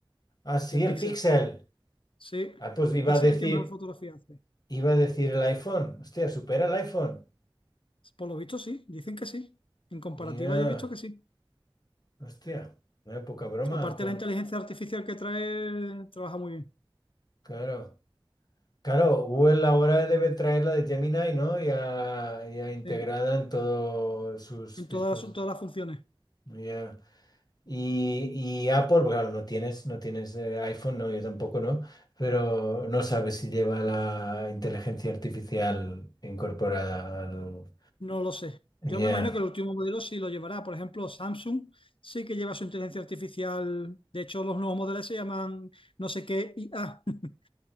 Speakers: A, on the left; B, on the left.
A: Ah, sí,
B: el Pixel.
A: el pixel.
B: Sí,
A: Ah, pues iba
B: es
A: a decir.
B: el que mejor fotografía hace.
A: Iba a decir el iPhone. Hostia, supera el iPhone.
B: Por lo visto sí, dicen que sí. En comparativa
A: Ya,
B: yo he visto que sí.
A: Hostia, una poca broma.
B: Aparte
A: co-
B: la inteligencia artificial que trae, trabaja muy bien.
A: Claro. Claro, Google ahora debe traer la de Gemini, ¿no? Ya, ya integrada
B: Sí,
A: en todos sus
B: en
A: dispositivos.
B: todas, todas las funciones.
A: ¿no? Ya. Y, y Apple, pues claro, no tienes, no tienes eh, iPhone, no, yo tampoco, ¿no? Pero no sabes si lleva la inteligencia artificial incorporada al...
B: No lo sé.
A: Ya.
B: Yo me imagino que el último modelo sí lo llevará. Por ejemplo, Samsung sí que lleva su inteligencia artificial. De hecho, los nuevos modelos se llaman no sé qué IA. <laughs>